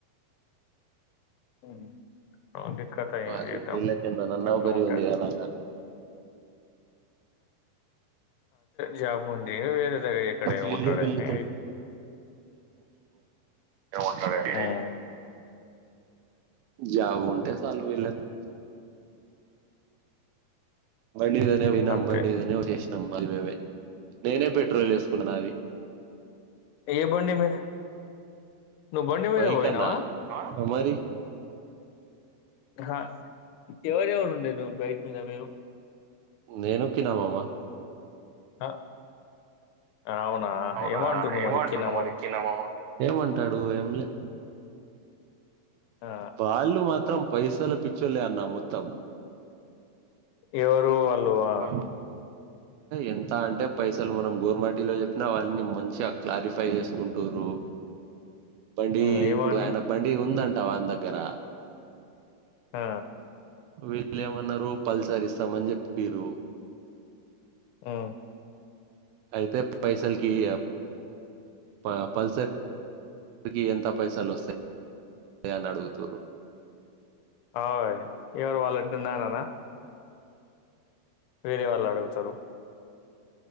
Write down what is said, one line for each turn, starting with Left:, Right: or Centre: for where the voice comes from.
Left: ఉమ్. ఉంది కథ
Right: మరి
Left: ఏం చేద్దాం
Right: వీళ్ళకేందన్న నౌకరి
Left: ఇట్లా ఉంటా
Right: ఉంది కదా
Left: జాబ్ ఉంది వేరే దగ్గర ఎక్కడైనా
Right: వీళ్ళు
Left: ఉంటాడని
Right: వీళ్ళుతో ఏమంటారు అండి
Left: హ్మ్
Right: జవ ఉంటే చలు విలాకు బండి మీదనే పోయినం
Left: అంతే
Right: బండి మీదనే వచ్చేసినం మ మే మే నేనే పెట్రోల్ వేసుకున్నా నావి
Left: ఏ బోండి మీద నువ్వు బండి మీద
Right: బైక్
Left: పోయినావా
Right: అన్నా అ మరి
Left: హ ఎవరెవరు ఉండే నువ్వు బైక్ మీద మీరు
Right: నేను కినమామ్మా
Left: ఆ అవునా
Right: అవునా
Left: ఏమంటుండు
Right: ఏమంటుండు
Left: మరి కిన మామ
Right: మరి కినా ఏమంటాడు ఏంలే
Left: ఆ
Right: వాల్లు మాత్రం పైసల పిచ్చోలే అన్న మొత్తం
Left: ఎవరు అలువా
Right: వాళ్ళు ఎంత అంటే పైసలు మనం గోర్మాటిలో చెప్పినా అవన్నీ మంచిగా క్లారిఫై చేసుకుంటురు బండి
Left: హ్మ్ ఏమని
Right: ఇప్పుడు ఆయన బండి ఉందంట వాన్ దగ్గర
Left: ఆ
Right: వీల్లేమన్నారు పల్సర్ ఇస్తామని చెప్పి పిరు
Left: హు
Right: అయితే పైసలుకి అ ప పల్సరిగి ఎంత పైసలు వస్తాయియాన్ అడుగుతూరు
Left: య ఎవరు వాళ నానానా వేరే వాళ్ళు అడుగుతరు